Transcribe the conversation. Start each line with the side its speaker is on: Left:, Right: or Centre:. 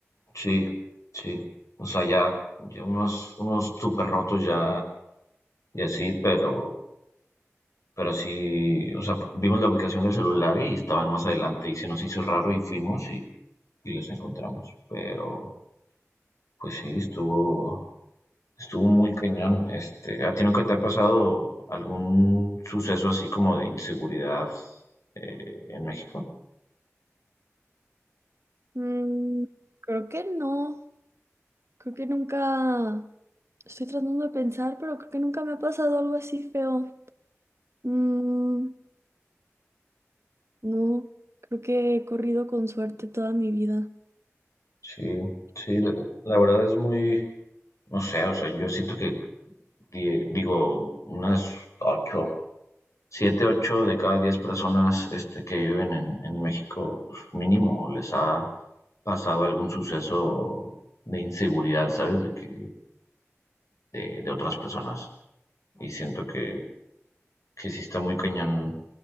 Left: sí, sí. O sea, ya, ya unos, unos súper rotos ya y así, pero, pero sí, o sea, vimos la ubicación del celular y estaban más adelante y se nos hizo raro y fuimos y, y los encontramos. Pero, pues sí, estuvo, Estuvo muy cañón. Este, ¿a ti nunca te ha pasado algún suceso así como de inseguridad eh, en México?
Right: Mm, creo que no. Creo que nunca. Estoy tratando de pensar, pero creo que nunca me ha pasado algo así feo. Mm, no, creo que he corrido con suerte toda mi vida.
Left: Sí, sí, la, la verdad es muy, No sé, o sea, yo siento que, die- digo, unas ocho, siete, ocho de cada diez personas este, que viven en, en México, pues, mínimo les ha pasado algún suceso de inseguridad, ¿sabes? De que, de, de otras personas. Y siento que que sí está muy cañón